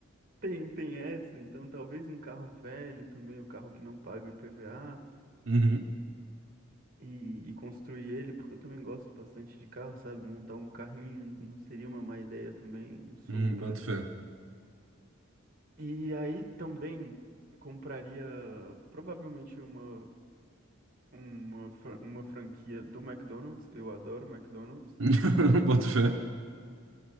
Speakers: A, on the right (about 45°); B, on the right (about 70°).
A: Tem, tem essa, então talvez um carro velho também, um carro que não paga o IPVA,
B: Uhum.
A: e, e construir ele, porque eu também gosto bastante de carro, sabe? Montar um carrinho não seria uma má ideia também, um Supra.
B: Hum, boto fé.
A: E aí também compraria provavelmente uma. uma, fra- uma franquia do McDonald's, eu adoro McDonald's.
B: <laughs> Boto fé.